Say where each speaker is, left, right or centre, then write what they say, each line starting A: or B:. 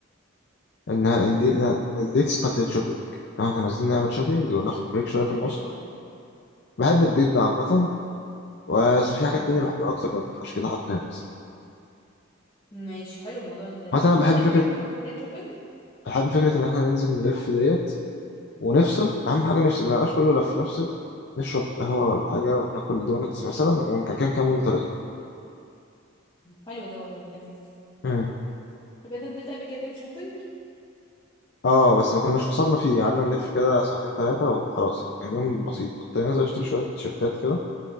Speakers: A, on the left; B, on the left.
A: إنها الدي- الديتس بتاعت الشوبينج لو احنا نازلين نعمل شوبينج وناخد بريك شوية في
B: لذيذ
A: النص
B: ده
A: بحب الديت ده عامة بس في حاجات
B: مم.
A: تانية بحبها أكتر منه فعشان كده حاطه هنا بس
B: ماشي حلو موضوع ال...
A: مثلا
B: طب انت
A: أنا
B: نزلت
A: بحب فكرة
B: قبل كده ديت شوبينج
A: بحب فكرة إن احنا ننزل نلف ديت ونفصل
B: امم
A: أهم حاجة نفصل ما يبقاش كله لف نفصل نشرب قهوة ولا حاجة وناكل دونتس مثلا ونكمل طريقنا
B: حلو ده والله لذيذ
A: مم.
B: طب انت نزلت قبل كده ديت شوبينج
A: اه بس ما كناش وصلنا فيه قعدنا نلف كده ساعتين ثلاثة وخلاص يعني كان يوم بسيط كنت نازل اشتري شوية تيشيرتات كده